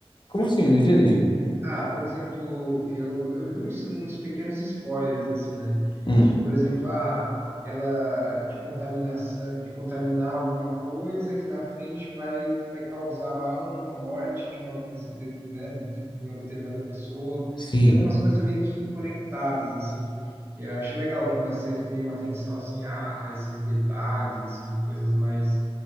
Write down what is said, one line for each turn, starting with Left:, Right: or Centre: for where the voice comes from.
Left: Como assim? Não entendi.
Right: Ah, por exemplo, eu, eu vi uns, uns pequenos spoilers, assim, né?
Left: hum.
Right: De, por exemplo, ah, ela de contaminação, de contaminar alguma coisa que na frente vai, vai causar lá uma morte de uma, de- né, de uma determinada pessoa.
Left: Sim,
Right: Tem umas coisas meio que conectadas, assim. E eu acho legal quando a série tem uma atenção, assim, a, a esses detalhes, assim, coisas mais...